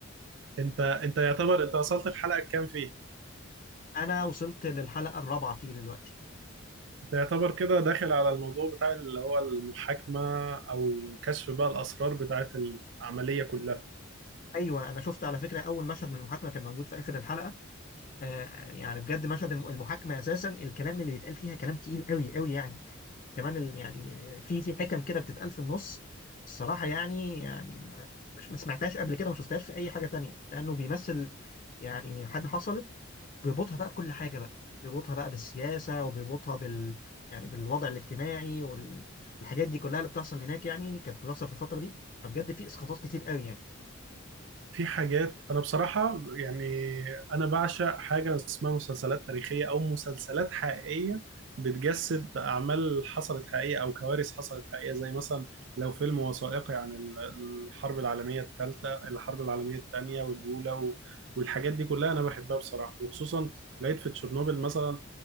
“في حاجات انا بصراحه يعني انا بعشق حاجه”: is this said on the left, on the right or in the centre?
Right